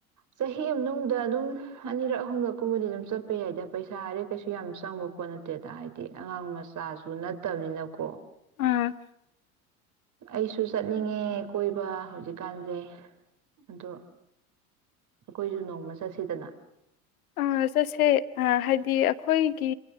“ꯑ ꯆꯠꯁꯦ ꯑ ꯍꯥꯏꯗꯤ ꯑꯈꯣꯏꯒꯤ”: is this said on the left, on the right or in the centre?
Left